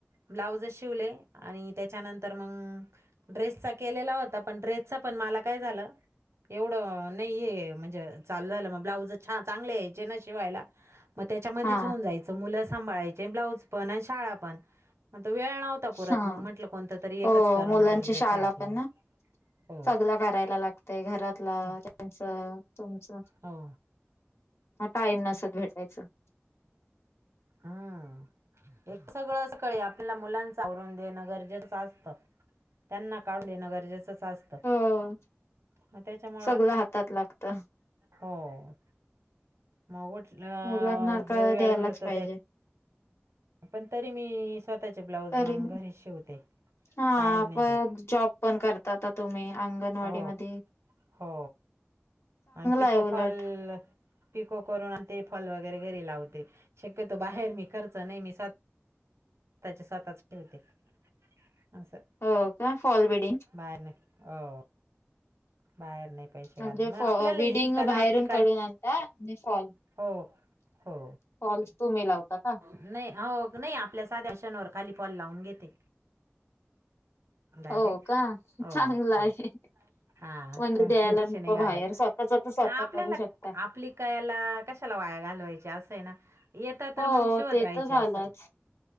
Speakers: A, on the right; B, on the left.
A: ब्लाऊजच शिवलय आणि त्याच्यानंतर मग ड्रेसचा केलेला होता पण ड्रेसचा पण मला काय झालं एवढं नाहीय म्हणजे चाललंलं मग ब्लाउज छान चांगले या्ययचे ना शिवायला. मग त्याच्यामध्येच
B: हा
A: होऊन जायचं मुलं सांभाळायचे ब्लाउज पण आणि शाळा पण मग वेळ नव्ह तापुरात
B: हा
A: मग म्हटलं कोणत तरी एकच
B: हो
A: करणं
B: मुलांची
A: गरजेचं
B: शाळा
A: आहे आपल्याला.
B: पण ना
A: हो
B: सगला करायला लागतय घरातला
A: हो
B: त्यांच तुमच.
A: हो.
B: आता आईना <unintelligible>
A: हम्म एक सगळं असं सकाळी आपल्याला मुलांच आवरून देणं गरजेच असतं. त्यांना काढून देणं गरजेचंच अस त
B: हो
A: मग त्याच्यामूळ
B: सगळं
A: असं
B: हातात लागतं
A: हो. मग उठलं
B: मुलांना का
A: जो वेळ
B: द्यायलाच
A: मिळतोय
B: पाहिजे
A: पण तरी मी स्वतःचे ब्लाऊज
B: तरी
A: मग घरीच शिवते
B: हा
A: बाहेर नाही
B: पण
A: देत.
B: जॉब पण करतात आ तुम्ही अंगणवाडीमध्ये
A: हो हो आणि पिकोफॉल
B: आहे उलट
A: पिको करून आणि ते फॉल वगैरे घरी लावते शक्यतो बाहेर मी खर्च नाही मी त्याचे स्वतःच <unintelligible> असं.
B: हो का फॉलबीडीन
A: बाहेर नाही हो बाहेर नाही. पैसे
B: म्हणजे
A: घालत मग
B: फॉ
A: आपल्याला
B: विडिंग
A: येते कला
B: बाहेरून
A: आपली काय
B: कारुन आणता आणि फॉल
A: हो हो
B: फॉल्स तुम्ही लावता का?
A: नाही हो नाही आपल्या साध्याशनवर खाली फॉल लावून घेते. डायरेक्ट
B: हो का
A: हो
B: चांगलं आहे
A: हो हां
B: म्हणजे द्यायला
A: पैसे
B: नको
A: नाही घालत
B: बाहेर स्वतःच स्वतः
A: आपल्याला
B: करू शकता.
A: आपली कला कशाला वाया घालवायच्या असं आहे ना येतं
B: हो
A: तर मग शिवत
B: ते
A: राहायचे
B: तर झालंच
A: असं.